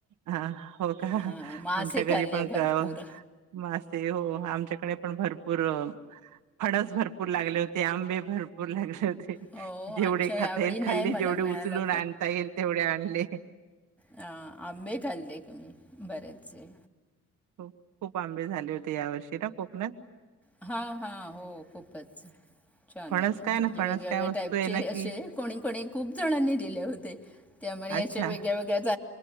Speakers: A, on the right; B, in the centre.
A: हं, हो का?
B: हां मासे
A: आमच्या
B: खाल्ले
A: घरी पण
B: भरपूर
A: गाव मासे हो आमच्याकडे पण भर पूर, फणस भरपूर लागले होते, आंबे भरपूर लागले होते.
B: हो
A: जेवढे
B: अच्छा ह्यावेळी
A: खाता येईल
B: नाही
A: खाल्ले,
B: मला
A: जेवढे
B: मिळाला
A: उचलून आणता येईल तेवढे आणले.
B: हा, आंबे खाल्ले की बरेच आहे.
A: हो खूप आंबे झाले होते. ते या वर्षी ना कोकणात?
B: हा, हा, हो खूपच. छान
A: फणस
B: होता,
A: काय
B: म्हणजे
A: ना फणस
B: वेगवेेगळ्या
A: काय वस्तू
B: टाईपचे
A: आहे ना की
B: असे कोणी कोणी खूप जणांनी दिले होते. त्यामुळे
A: अच्छा
B: अशा वेगळ्या वेगळ्या जाती